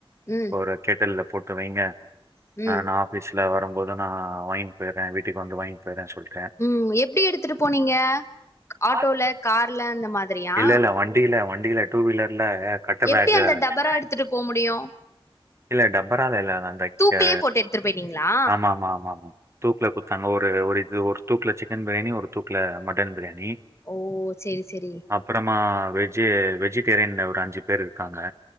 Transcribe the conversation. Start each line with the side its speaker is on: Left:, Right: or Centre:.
Left: ம்
Right: ஒரு கேட்டல்ல போட்டு வைங்க
Left: ம்
Right: ஆ நா ஆபீஸ்ல வரும்போது நா வாங்கிட்டு போய்ற வீட்டுக்கு வந்து வாங்கிட்டு போயிடுற சொல்
Left: ம் எப்டி எடுத்துட்டு போனீங்க
Right: சொல்ட்டேன்.
Left: ஆட்டோல கார்ல அந்த மாதிரியா
Right: இல்ல, இல்ல வண்டில வண்டில டூ வீலர்லா கட்ட
Left: எப்டி
Right: பேகு
Left: அந்த
Right: டபரா
Left: எடுத்துட்டு போ முடியு
Right: இல்ல டபரா ல்ல அந்த
Left: தூக்குலயே
Right: த
Left: போட்டு எடுத்துட்டு போயிட்டீங்களா
Right: ஆமா ஆமா ஆமா தூக்ல குத்தாங்க ஒரு ஒரு இது ஒரு தூக்ல சிக்கன் பிரியாணி ஒரு தூக்ல மட்டன் பிரியாணி
Left: ஓ சேரி சேரி
Right: அப்பறமா வெஜி வெஜிடேரியன்ல ஒரு அஞ்சி பேர் இருக்காங்க